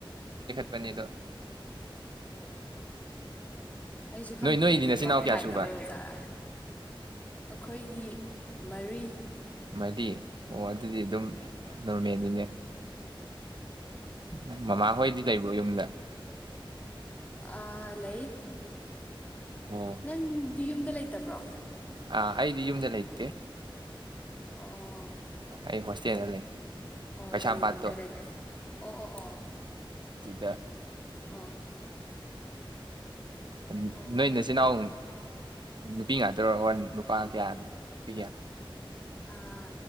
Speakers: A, on the right (about 55°); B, on the left (about 15°).
A: ꯄꯅꯤꯗ
B: ꯑꯩꯁꯨ ꯈꯪꯗꯦꯅꯦ
A: ꯅꯣꯏꯗꯤ
B: ꯅꯦꯠꯋꯥꯛ
A: ꯅꯆꯤꯟ ꯏꯅꯥꯎ
B: ꯅꯨꯡꯉꯥꯏꯇꯕꯩ
A: ꯀꯌꯥ ꯁꯨꯕ
B: ꯑꯣꯏꯖꯥꯔꯥ ꯑꯩꯈꯣꯏꯒꯤ ꯃꯔꯤ
A: ꯃꯗꯤ ꯑꯣ ꯑꯗꯨꯗꯤ ꯑꯗꯨꯝ ꯅꯣꯔꯃꯦꯜꯂꯤꯅꯦ ꯎꯝ ꯃꯃꯥ ꯍꯣꯏꯗꯤ ꯂꯩꯕ꯭ꯔꯣ ꯌꯨꯝꯗ
B: ꯑꯥ ꯂꯩ
A: ꯑꯣ
B: ꯅꯪ ꯌꯨꯝꯗ ꯂꯩ ꯐꯠꯇꯕ꯭ꯔꯣ
A: ꯑꯥ ꯑꯩꯗꯤ ꯌꯨꯝꯗꯥ ꯅꯩꯇꯦ
B: ꯑꯣ
A: ꯑꯩ ꯍꯣꯁꯇꯦꯜꯗ ꯂꯩ
B: ꯑꯣ
A: ꯀꯩꯁꯥꯝꯄꯥꯠꯇꯣ
B: ꯀꯔꯤꯗ ꯂꯝꯗ ꯂꯩꯕ ꯑꯣ ꯑꯣ ꯑꯣ
A: ꯗ <unintelligible>
B: ꯑꯣ
A: ꯎꯝ <unintelligible>
B: ꯑꯣ
A: ꯅꯣꯏ ꯅꯆꯤꯜ ꯏꯅꯥꯎ ꯅꯨꯄꯤ ꯉꯥꯛꯇꯔ ꯑꯣꯔ ꯅꯨꯄꯥ ꯀꯌꯥ ꯅꯨꯄꯤ ꯀꯌꯥ
B: ꯑꯥ